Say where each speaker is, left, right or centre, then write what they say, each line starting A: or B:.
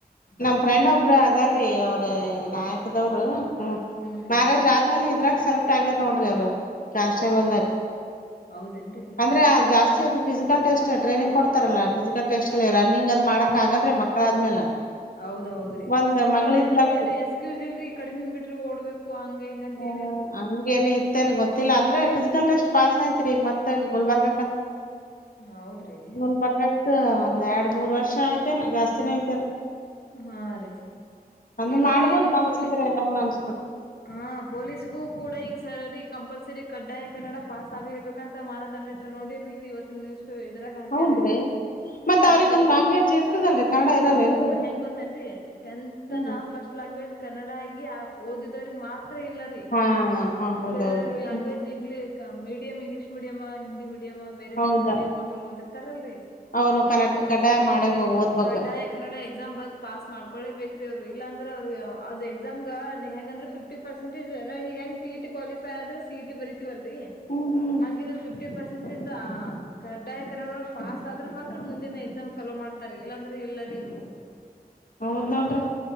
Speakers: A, on the left (about 80°); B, on the left (about 60°).
A: ಹ್ಮ
B: ನಮ್ ಫ್ರೆಂಡ್
A: ರೀ
B: ಒಬ್ಬರು ಅದಾದ ರಿ ಅವ್ರ ನಾಯಕದೋವ್ರು ಹ್ಮ
A: ಹ್ಮ್
B: ಮ್ಯಾರೇಜ್ ಆದ್ಮೇಲೆ ಇದ್ರಾಗ್ ಸಲ್ ಆಗ ನೋಡ್ರಿ ಅವ್ರರು ಕ್ಯಾನ್ಸ್ಟೇಬಲ್ದಾಗ
A: ಹಾ ಹೌದೇನ್ರಿ
B: ಅಂದ್ರೆ ಜಾಸ್ತಿ ಅದು ಫಿಸಿಕಲ್ ಟೆಸ್ಟ್ ಟ್ರೈನಿಂಗ್ ಕೊಡ್ತಾರಲ್ಲ ಫಿಸಿಕಲ್ ಟೆಸ್ಟ್ ಅಲ್ಲಿ ರನ್ನಿಂಗ್ ಅ ಮಾಡಕಕ್ಗಲ್ ಮಕ್ಕಳಾದ ಆದ್ಮೇಲೆ
A: ಹೌದೌದ್ರಿ
B: ಒಂದ್
A: ಮತ್
B: ಮಗಳ
A: ಅವ್ರಿ
B: ಇದ್ಲಾಕಿ
A: ಅಂತವ್ರಗ ಏನ್ ಎಕ್ಸ್ಕ್ಯೂಸ್ ಇಲ್ರರಿ ಕಡಿಮಿ ಮೀಟ್ರಿ ಓಡ್ಬೇಕು ಹಂಗ ಹಿಂಗ ಅಂತಿ
B: ಹ ಹಂಗೇನ ಇತ್ತೇನೆ ಗೊತ್ತಿಲ್ಲ ಅಂದ್ರೆ ಫಿಸಿಕಲ್ ಟೆಸ್ಟ್ ಪಾಸ್ ಐತ್ರಿ ಈಗ ಮತ್ತ ಗುಲ್ಬಾರ್ಗ
A: ಹೌದ್ರಿ
B: ಇನ್ ಬರ್ಗಕ್ ಒಂದ್ ಎರಡ್ ಮೂರ್ ವರ್ಷ ಆಐ್ತೆೇನ್ ಜಾಸ್ತಿನ ಐ್ತೆೇನ್
A: ಹಾ ರೀ
B: ಅಂದ್ರ
A: ಈಗ ನೋಡ್ರಿ
B: ಮಾಡ್ಬೋದ
A: ಇದು
B: ಮನ್ಸಿದ್ರೆ
A: ಪೋಲಿ
B: ಎಲ್ಲಾನ ಅನ್
A: ಹಾ ಪೊಲೀಸ್ಗೂ ಕೂಡ ಈಗ ಸರಿ ಕಂಪಲ್ಸರಿ ಕಡ್ಡಾಯ ಕನ್ನಡ ಪಾಸ್ ಆಗ್ಲೇಬೇಕಂತ ಮಾನದಂಡ ಇಟ್ಟಾರಿ ನೋಡಿರ್ಲಲ್ರಿ ಇವತ್ತು ನ್ಯೂಸ್ ಇದ್ರಾಗ ಹಾಕ್ಯಾರೀೋ
B: ಹೌದ್ರಿ ಮತ್
A: ಹಾ
B: ಅವ್ರಿಗ್
A: ರೀ
B: ಒಂದ್
A: ಪೋ
B: ಲ್ಯಾಂಗ್ವೇಜ್ ಇರ್ತದಲ್ರಿ ಕನ್ನಡ ಇರಲ್ಲ
A: ಅದು
B: ಏನ್ರಿ
A: ಹೆಂಗ ಗೊತ್ತೇನ್ರಿ ಟೆಂತ್ನ
B: ಹ್ಮ್
A: ಫಸ್ಟ್ ಲಾಂಗ್ವೇಜ್ ಕನ್ನಡ ಆಗಿ ಓದಿದ್ರಿಗೆ ಮಾತ್ರ ಇಲ್ಲ ರೀ
B: ಹಾ ಹಾ
A: ಉಳ್ಕ
B: ಹೌದೌದು
A: language
B: ಹ್ಮ್
A: English medium English medium Hindi medium ಬೇರೆ
B: ಹೌದಾ
A: ಬೇರೆ ಮೀಡಮ್ ತಗೊಂಡ್ ಓದಿತಾರಲ್ರಿ
B: ಅವ್ರು ಕನ್ನಡ ಕಡ್ಡಾಯ ಮಾಡೇಬೇಕ ಓದ್ಬೇಕ
A: ಕಡ್ಡಾಯ ಕನ್ನಡ ಎಕ್ಸಾಮ್ ಬ ಪಾಸ್ ಮಾಡ್ಕೊೊಳ್ಳೇ ಬೇಕ್ರೀ ಅವ್ರು ಇಲ್ಲಾಂದ್ರೆ ಅವ್ರ ಅ ಎಕ್ಸಾಮ್ಗ ನೀ ಹೆಂಗಂದ್ರೆ ಫಿಫ್ಟಿ ಪರ್ಸೆಂಟಜ್ ನ ಹಗಂಗ ಟಿ ಇ ಟಿ ಕ್ವಾಲಿಫ ಆದ್ರ ಸಿ ಇ ಟಿ ಬರೀತೀವಿ ತಿ ಅಲ್ರಿ
B: ಹ್ಮ್ ಹ್ಮ್
A: ಹಂಗೆ ಇದು ಫಿಫ್ಟಿ ಪರ್ಸೆಂಟ್ ಕಡ್ಡಾಯ ಕನ್ನಡ ಪಾಸ್ ಆದ್ರೆ ಮಾತ್ರ ಮುಂದಿನ ಎಕ್ಸಾಮ್ ಚಲೋ ಮಾಡ್ತಾರೆ ಇಲ್ಲಾಂದ್ರೆ ಇಲ್ಲರಿ ಇವ್ರು
B: ಹೌದ್ ನೋಡ್ರಿ